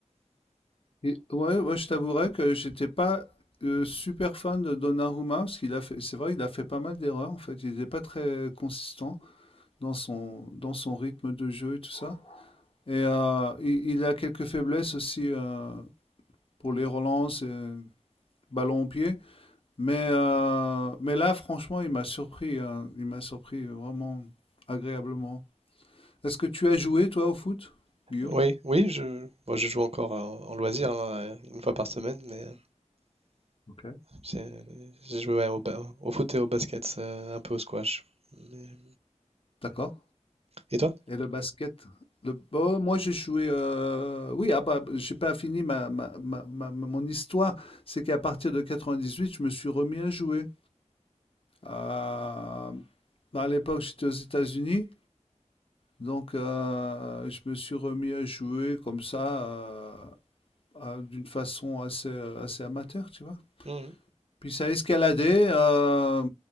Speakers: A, on the left (about 45°); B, on the right (about 55°).
A: Et- ouais, moi je t'avouerais que j'étais pas euh, super fan de Donnarumma parce qu'il a fait, c'est vrai, il a fait pas mal d'erreurs en fait. Il n'était pas très consistant dans son dans son rythme de jeu et tout ça. Et euh, il, il a quelques faiblesses aussi euh, pour les relances et ballon au pied. Mais euh, mais là, franchement, il m'a surpris. hein. Il m'a surpris vraiment agréablement. Est-ce que tu as joué toi au foot, Guillaume?
B: oui, oui, je, moi je joue encore en, en loisir, hein, une fois par semaine, mais euh,
A: Ok.
B: j'ai j'ai joué ouais, au, ba- au foot et au basket, euh, un peu au squash. Mais-
A: D'accord.
B: Et toi?
A: Et le basket, le... oh, moi j'ai joué. euh, Oui, ah bah, j'ai pas fini ma, ma- ma- ma- ma- mon histoire. C'est qu'à partir de 98, je me suis remis à jouer. Euh, À l'époque, j'étais aux États-Unis, donc euh, je me suis remis à jouer comme ça, euh, à- d'une façon assez, euh, assez amateur, tu vois.
B: Mhm.
A: Puis ça a escaladé. euh,